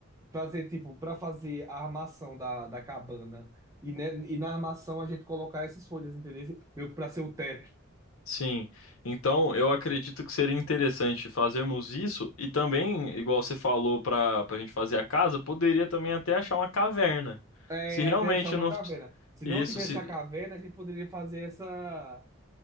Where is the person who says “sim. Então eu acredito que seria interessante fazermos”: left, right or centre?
Left